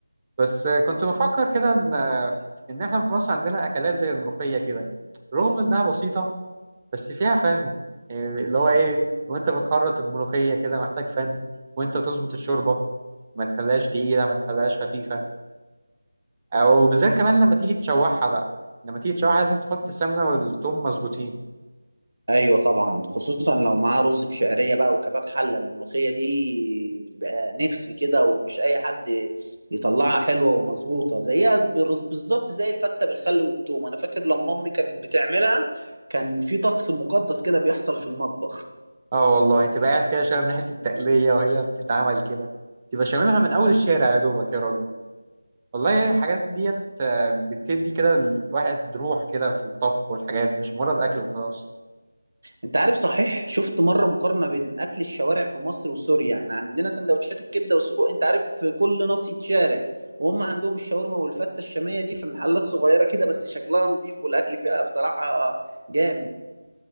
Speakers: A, on the right; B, on the right.
A: بس كنت بفكر كده إن إن إحنا في مصر عندنا أكلات زي الملوخية كده رغم إنها بسيطة بس فيها فن إيه اللي هو إيه وأنت بتخرط الملوخية كده محتاج فن وأنت تظبط الشوربة ما تخليهاش تقيلة ما تخليهاش خفيفة أو بالذات كمان لما تيجي تشوحها بقى لما تيجي تشوحها لازم تحط السمنة والثوم مظبوطين
B: ايوه طبعا خصوصا لو معاه رز بشعريه بقى وكباب حله الملوخيه دي بتبقى نفس كده ومش اي حد يطلعها حلوه ومظبوطه زيها بالرز- بالظبط زي الفته بالخل والثوم انا فاكر لما امي كانت بتعملها كان في طقس مقدس كده بيحصل في المطبخ
A: اه والله تبقى قاعد كده شامم ريحة التقلية وهي بتتعمل كده تبقى شاممها من أول الشارع يا دوبك يا راجل والله الحاجات ديت آه، بتدي كده الواحد روح كده في الطبخ والحاجات مش مجرد أكل وخلاص
B: انت عارف صحيح شفت مره مقارنه بين اكل الشوارع في مصر وسوريا احنا عندنا سندوتشات الكبده والسجق انت عارف في كل ناصيه شارع وهم عندهم الشاورما والفته الشاميه دي في محلات صغيره كده بس شكلها نظيف والاكل فيها بصراحه جامد